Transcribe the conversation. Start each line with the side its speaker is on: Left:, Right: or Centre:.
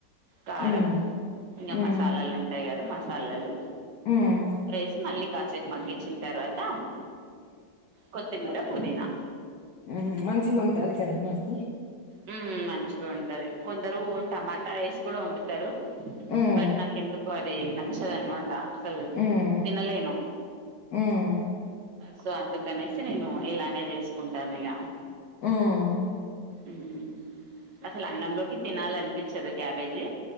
Right: కారం
Left: హ్మ్
Right: ఇంకా
Left: హ్మ్
Right: మసాలాలు ఉంటాయి కదా మసాలాలు
Left: హ్మ్
Right: వేసి మళ్ళీ కాసేపు మగ్గించిన తర్వాత కొత్తిమీర పుదీనా
Left: ఉమ్ హు మంచిగా ఉంటంది కదానండి
Right: ఉమ్ మంచిగా ఉంటది కొందరు టమాటా వేసి కూడా వండుతారు
Left: హ్మ్
Right: బట్ నాకెందుకో అది నచ్చదనమాట అసల్
Left: హ్మ్
Right: తినలేను
Left: హ్మ్
Right: సో అందుకనేసి నేను ఇలానే చేసుకుంటాను ఇగా
Left: ఉమ్
Right: ఉమ్ అసలు అన్నంలోకి తినాలనిపించదు క్యాబేజీ